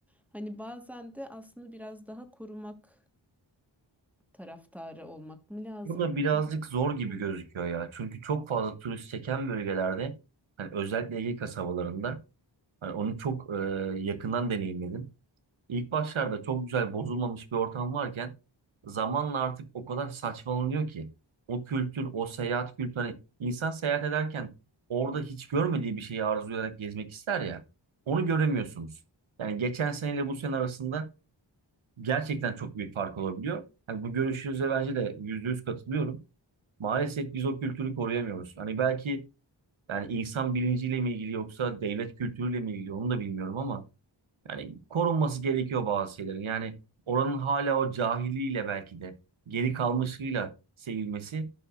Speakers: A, in the centre; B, on the right.
A: Hani bazen de aslında biraz daha korumak taraftarı olmak mı lazım?
B: Bu da birazcık zor
A: Bilmiyorum.
B: gibi gözüküyor ya. Çünkü çok fazla turist çeken bölgelerde hani özellikle Ege kasabalarında hani onu çok e, yakından deneyimledim. İlk başlarda çok güzel bozulmamış bir ortam varken zamanla artık o kadar saçmalanıyor ki o kültür, o seyahat kültürü hani insan seyahat ederken orada hiç görmediği bir şeyi arzulayarak gezmek ister ya. Onu göremiyorsunuz. Yani geçen seneyle bu sene arasında gerçekten çok büyük fark olabiliyor. Yani bu görüşünüze bence de yüzde yüz katılıyorum. Maalesef biz o kültürü koruyamıyoruz. Hani belki yani insan bilinciyle mi ilgili yoksa devlet kültürüyle mi ilgili onu da bilmiyorum ama yani korunması gerekiyor bazı şeylerin. Yani oranın hala o cahiliyle belki de geri kalmışlığıyla sevilmesi,